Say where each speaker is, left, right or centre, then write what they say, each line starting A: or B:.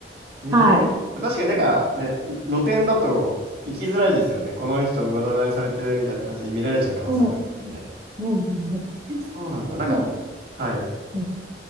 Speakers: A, on the right; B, on the right.
A: えー、
B: はい。
A: 確かになんかね、露店だと行きづらいですよね。この人占いされてるみたいな感じで見られちゃう可能性もありますね。
B: うん。うんうんうん
A: あ、そうなんだ。なんか、
B: まあ、
A: はい。
B: うん。